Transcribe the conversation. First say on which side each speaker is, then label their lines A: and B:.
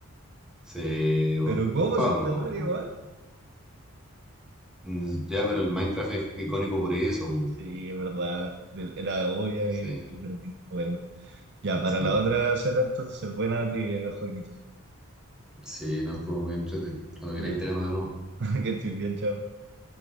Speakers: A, in the centre; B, on the right.
A: Sí, por,
B: ¿Pero cómo
A: por pavo
B: es en
A: ¿no?
B: Terraria
A: po.
B: igual?
A: Mm, Ya, pero el Minecraft es icónico por eso. po.
B: Sí, es verdad. Del- Era obvia
A: Sí,
B: y y perdí. Bueno. Ya, para
A: sí.
B: la otra será entonces buena trivia, Joaquito.
A: Sí, no estuvo muy entrete. Cuando queráis
B: Ya,
A: te gano de nuevo.
B: <laughs> que estoy bien, chao.